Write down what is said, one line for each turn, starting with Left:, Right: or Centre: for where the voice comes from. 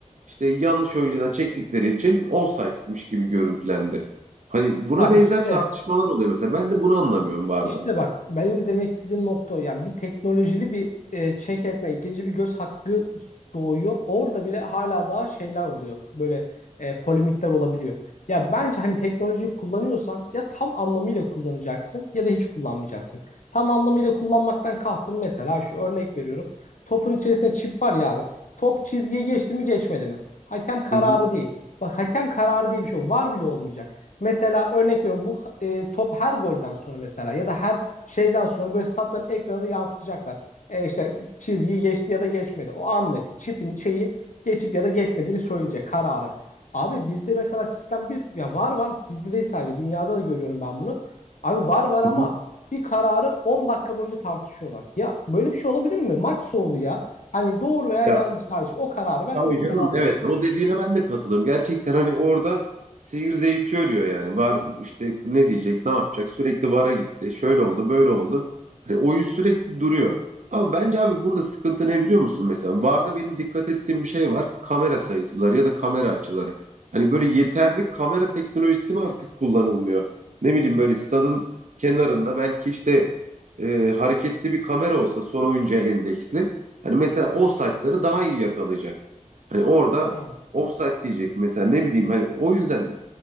Right: işte yanlış oyuncudan çektikleri için offside'miş gibi görüntülendi. Hani buna
Left: Ya
Right: benzer
Left: işte.
Right: tartışmalar oluyor mesela. Ben de bunu anlamıyorum VAR'da.
Left: İşte bak benim de demek istediğim nokta o. Yani bir teknolojili bir e, check etme, ikinci bir göz hakkı doğuyor. Orada bile hala daha şeyler oluyor. Böyle e, polemikler olabiliyor. Ya bence hani teknolojiyi kullanıyorsan ya tam anlamıyla kullanacaksın ya da hiç kullanmayacaksın. Tam anlamıyla kullanmaktan kastım mesela şu örnek veriyorum. Topun içerisinde çip var ya abi. Top çizgiyi geçti mi geçmedi mi? Hakem kararı
Right: Hı hı.
Left: değil. Bak hakem kararı diye bir şey yok. var bile olmayacak. Mesela örnek veriyorum bu e, top her golden sonra mesela ya da her şeyden sonra böyle statların ekranında yansıtacaklar. E, işte çizgiyi geçti ya da geçmedi. O anlık çipin şeyi geçip ya da geçmediğini söyleyecek kararı. Abi bizde mesela sistem bir ya var var bizde değil sadece dünyada da görüyorum ben bunu. Abi var var ama
Right: Hı hı.
Left: bir kararı 10 dakika boyunca tartışıyorlar. Ya böyle bir şey olabilir mi? Maç soğudu ya. Hani doğru veya
Right: Ya
Left: yanlış kardeşim o kararı ver
Right: Tabii
Left: oyun
Right: canım.
Left: devam
Right: Evet
Left: etsin.
Right: o dediğine ben de katılıyorum. Gerçekten hani orada seyir zevki ölüyor yani. Var işte ne diyecek, ne yapacak? Sürekli vara gitti. Şöyle oldu, böyle oldu. Hani oyun sürekli duruyor. Ama bence abi burada sıkıntı ne biliyor musun? Mesela VAR'da benim dikkat ettiğim bir şey var. Kamera sayıları ya da kamera açıları. Hani böyle yeterli kamera teknolojisi mi artık kullanılmıyor? Ne bileyim böyle stadın kenarında belki işte e, hareketli bir kamera olsa son oyuncuya endeksli. Hani mesela o saatleri daha iyi yakalayacak. Hani orada
Left: Hı,
Right: offside diyecek mesela ne bileyim hani o yüzden